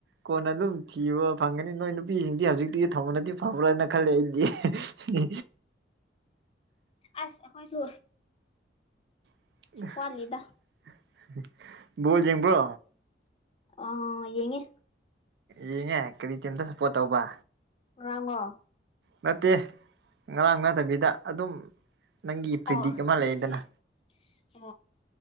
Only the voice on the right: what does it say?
ꯀꯣꯟꯅ ꯑꯗꯨꯝ ꯊꯤꯕ ꯐꯪꯒꯅꯤ ꯅꯣꯏ ꯅꯨꯄꯤꯁꯤꯡꯗꯤ ꯍꯧꯖꯤꯛꯇꯤ ꯊꯝꯃꯅꯗꯤ ꯐꯕ꯭ꯔꯥꯅ ꯈꯜꯂꯦ ꯑꯩꯗꯤ ꯢ
<unintelligible>
ꯕꯣꯜ ꯌꯦꯡꯕ꯭ꯔꯣ
ꯌꯦꯡꯉꯦ ꯀꯔꯤ ꯇꯤꯝꯗ ꯁꯞꯄꯣꯔꯠ ꯇꯧꯕ
ꯅꯠꯇꯦ ꯉꯔꯥꯡ ꯅꯠꯇꯕꯤꯗ ꯑꯗꯨꯝ ꯅꯪꯒꯤ ꯄ꯭ꯔꯤꯗꯤꯛ
ꯑꯃ
ꯂꯩꯗꯅ